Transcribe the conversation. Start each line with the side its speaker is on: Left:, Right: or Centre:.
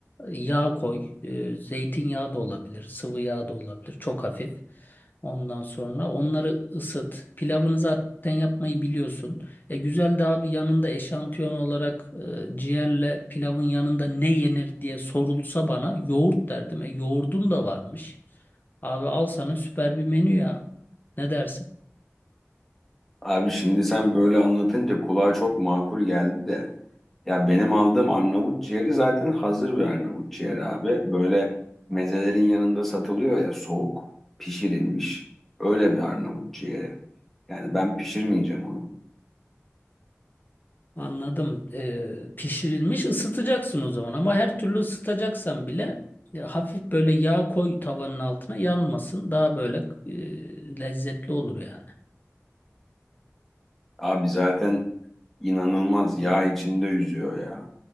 Left: Yağ koy. E, zeytinyağı da olabilir. Sıvı yağ da olabilir. Çok hafif. Ondan sonra onları ısıt. Pilavını zaten yapmayı biliyorsun. E, güzel de abi yanında eşantiyon olarak e, ciğerle pilavın yanında ne yenir diye sorulsa bana yoğurt derdim. E, yoğurdun da varmış. Abi al sana süper bir menü ya. Ne dersin?
Centre: Abi şimdi sen böyle anlatınca kulağa çok makul geldi de. Ya benim aldığım Arnavut ciğeri zaten hazır bir Arnavut ciğeri abi. Böyle mezelerin yanında satılıyor ya soğuk, pişirilmiş. Öyle bir Arnavut ciğeri. Yani ben pişirmeyeceğim onu.
Left: Anladım. Ee, pişirilmiş ısıtacaksın o zaman ama her türlü ısıtacaksan bile e, hafif böyle yağ koy tavanın altına yanmasın. Daha böyle e, lezzetli olur yani.
Centre: Abi zaten inanılmaz yağ içinde yüzüyor ya.